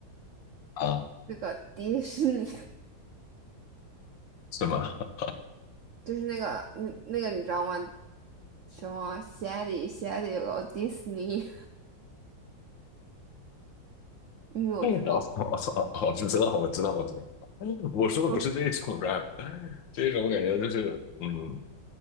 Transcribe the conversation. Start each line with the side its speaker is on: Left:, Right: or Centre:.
Left: 啊，
Right: 个那个迪士尼，
Left: 是吗？<laughs>
Right: 就是那个那那个你知道吗？什么 Shady Shady 有个哦迪士尼，因为我知道，
Left: 我我我知道，我知道，我知道。<laughs> 我说的不是这种
Right: 就
Left: rap，<laughs> 这种感觉就是，嗯，